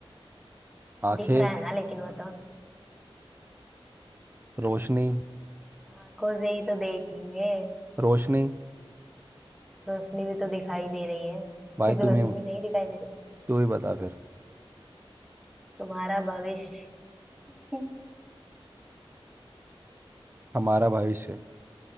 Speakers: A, on the right; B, in the centre.
A: आंखें
B: दिख रहा है ना लेकिन वो तो
A: रोशनी
B: आंखों से ही तो देखेंगे
A: रोशनी
B: रोशनी भी तो दिखाई दे रही है
A: भाई
B: <laughs>
A: तुम
B: रोशनी
A: ही
B: नहीं दिखाई दे रही थी।
A: तू ही बता फिर
B: तुम्हारा भविष्य <laughs>
A: हमारा भविष्य